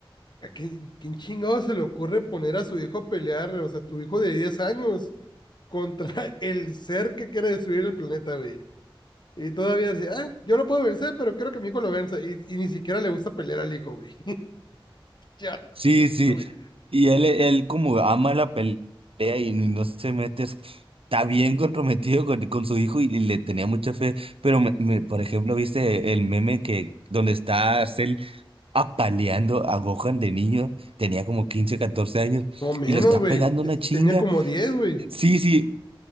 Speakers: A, on the left; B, on the right.
A: ¿A quién, quién chingado se le ocurre poner a su hijo a pelear? O sea, tu hijo de 10 años contra <laughs> el ser que quiere destruir el planeta, güey. Y todavía dice, ah, yo lo puedo vencer, pero quiero que mi hijo lo venza. Y, y ni siquiera le gusta pelear al hijo, güey. ya
B: Sí,
A: No
B: sí.
A: güey.
B: Y él, él como ama la pelea y no no se mete. es- Está bien comprometido con, con su hijo y, y le tenía mucha fe. Pero, me, me- por ejemplo, ¿viste el meme que donde está Cell apaleando a Gohan de niño? Tenía como 15 14 años
A: No menos,
B: y lo está
A: güey.
B: pegando
A: Te-
B: una chinga.
A: Tenía como diez güey.
B: Sí, sí.